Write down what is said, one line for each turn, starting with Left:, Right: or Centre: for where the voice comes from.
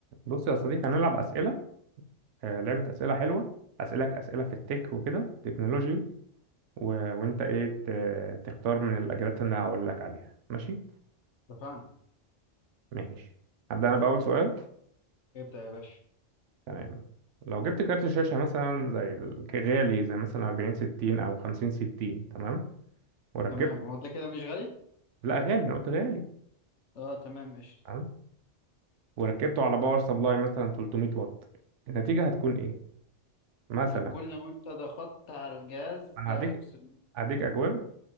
Right: بص يا صديقي هنلعب أسئلة آه، لعبة أسئلة حلوة أسألك أسئلة في التك وكده تكنولوجي و... وأنت إيه ت... تختار من الإجابات اللي أنا هقول لك عليها ماشي؟
Left: اتفقنا
Right: ماشي هبدأ أنا بأول سؤال
Left: ابدأ يا باشا
Right: تمام لو جبت كارت شاشة مثلا زي ال- غالي زي مثلا 40 60 أو 50 60 تمام وركبت
Left: تمام هو ده كده مش غالي
Right: لا غالي أنا قلت غالي
Left: اه تمام قشطة
Right: تمام وركبته على باور سبلاي مثلا 300 واط النتيجة هتكون إيه؟ مثلا
Left: هتكون لو انت ضغطت على الجهاز
Right: أنا
Left: ده
Right: هديك
Left: هيفصل
Right: هديك أجوبة